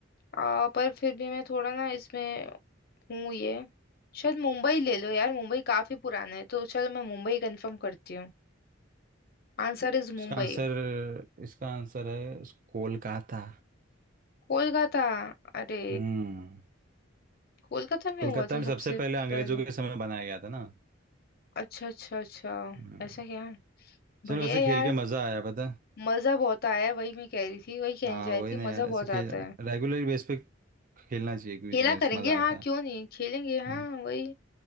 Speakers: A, on the left (about 50°); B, on the right (about 45°).
A: आ, पर फिर भी मैं थोड़ा ना इसमें हूँ ये शायद मुंबई ले लो यार मुंबई काफी पुराना है तो चलो मैं मुंबई कंफर्म करती हूँ Answer is
B: इसका
A: Mumbai
B: आंसर इसका आंसर है उस- कोलकाता
A: कोलकाता अरे
B: हम्म
A: कोलकाता में
B: कोलकाता
A: हुआ था
B: में
A: सबसे
B: सबसे पहले अंग्रेजों
A: पहला
B: के समय बनाया गया था ना
A: अच्छा अच्छा अच्छा
B: हम्म
A: ऐसा क्या
B: चलो
A: बढ़िया
B: वैसे
A: है
B: खेल
A: यार
B: के मजा आया पता है?
A: मजा बहुत आया है, वही मैं कह रही थी वही कहने
B: हाँ
A: जा रही
B: वही
A: थी
B: ना यार
A: मजा बहुत
B: ऐसे खेल
A: आता है
B: रेगुलर बेस पे खेलना चाहिए क्विज
A: खेला
B: गेम्स
A: करेंगे
B: मजा
A: हाँ
B: आता है
A: क्यों नहीं खेलेंगे हाँ
B: हम्म,
A: वही